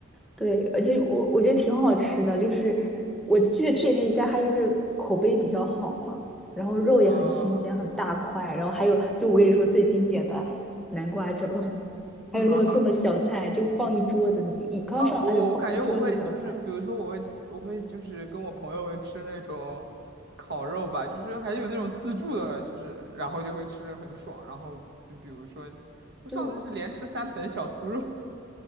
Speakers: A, in the centre; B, on the right.
A: 对，而且我我觉得挺好吃的，就是我去去的那一家还是口碑比较好嘛，然后肉也很新鲜，
B: 啊！
A: 很大块，然后还有就我跟你说最经典的南瓜粥，<laughs> 还有那种送的小菜，
B: <laughs> 哦，
A: 就放一桌子，你一刚上来就放一桌子小菜。
B: 啊我我感觉我会就是，比如说我会我会就是跟我朋友吃那种烤肉吧，就是还有那种自助的，就是然后就会吃的很爽。然后就比如说，我上次是连吃三盆小酥肉，
A: 对，